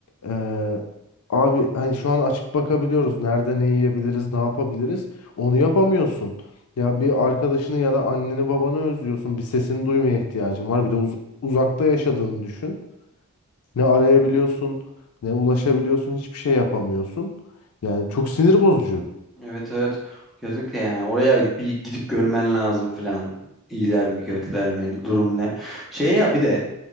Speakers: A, on the left; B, in the centre.
A: Ee, abi hani şu an açıp bakabiliyoruz. Nerede ne yiyebiliriz, ne yapabiliriz? Onu yapamıyorsun. Ya bir arkadaşını ya da anneni babanı özlüyorsun. Bir sesini duymaya ihtiyacın var. Bir de uz- uzakta yaşadığını düşün. Ne arayabiliyorsun, ne ulaşabiliyorsun. Hiçbir şey yapamıyorsun. Yani çok sinir bozucu.
B: Evet evet. Kesinlikle yani. Oraya bir gidip görmen lazım falan. İyiler mi kötüler mi durum ne. Şey ya bir de